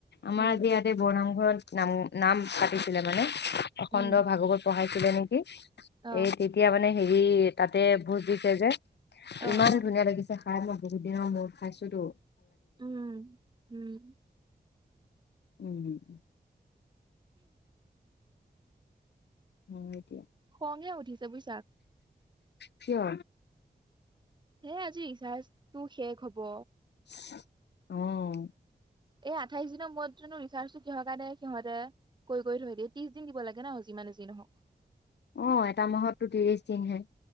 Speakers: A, on the left; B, on the right.
A: আমাৰ
B: উম
A: বিয়াতে বনাম ঘৰ, নাম', - নাম', পা পাতিছিলে মানে এখণ্ড-ভাগৱত
B: উম
A: পঢ়াই। দিছিলে নেকি,
B: অ
A: এই তেতিয়া মানে, হেৰি', তাতে ভোজ দিছে যে,
B: অ
A: ইমান
B: অ
A: ধুনীয়া লাগিছে। কাৰণ মই বহুত দিনৰ মূৰত খাইছোটো,
B: উম', - উম',
A: উম', - উম', উম',
B: খঙে উঠিছে বুজিছা
A: কিয়?
B: হেই আজি ৰিচাৰ্জটো শেষ হব।
A: অ',
B: এই আঠাইশ দিনৰ মূৰতনো ৰিচাৰ্জো কিহৰ কাৰণে সিহঁতে কৰি- কৰিথৈ দিয়ে ত্ৰিশ-দিন দিব লাগে ন', যিমানে যি নহওক।
A: অ', এটা মাহততো ত্ৰিশ, দিনহে,